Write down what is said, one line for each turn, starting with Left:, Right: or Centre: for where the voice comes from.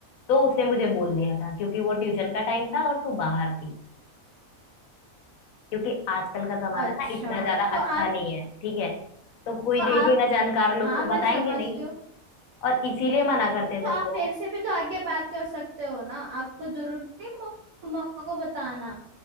Left: तो उसने मुझे बोल दिया था क्योंकि वो ट्यूशन का टाइम था और तू बाहर थी क्योंकि आजकल का जमाना
Right: अच्छा
Left: ना इतना ज्यादा
Right: तो
Left: अच्छा
Right: आप
Left: नहीं है ठीक है तो कोई
Right: तो आप
Left: देखेगा जानकार लोग
Right: हाँ
Left: तो
Right: मैं
Left: बताएंगे
Right: समझती
Left: नहीं
Right: हूँ
Left: और इसीलिए मना करते हैं
Right: तो
Left: तुमको
Right: आप मेरे से भी तो आगे बात कर सकते हो ना आपको जरूरत नहीं मम्मा को बताना